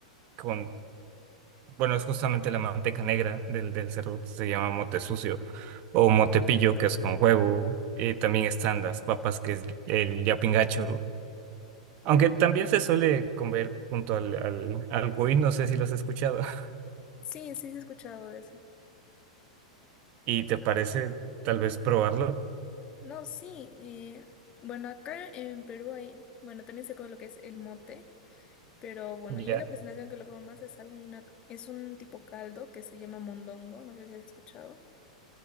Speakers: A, on the right (about 45°); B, on the left (about 30°).
A: con Bueno, es justamente la manteca negra del, del cerdo, se llama mote sucio o motepillo, que es con huevo. Eh, también están las papas, que es el yapingacho, aunque también se suele comer junto al, al, al cuy, no sé si lo has escuchado. <laughs>
B: Sí, sí, sí he escuchado de eso.
A: ¿Y te parece tal vez probarlo?
B: No, sí. eh, bueno, acá en Perú hay, bueno, también se come lo que es el mote, pero bueno,
A: Ya.
B: yo la presentación que lo como más es algo, una, es un tipo caldo que se llama mondongo, no sé si has escuchado.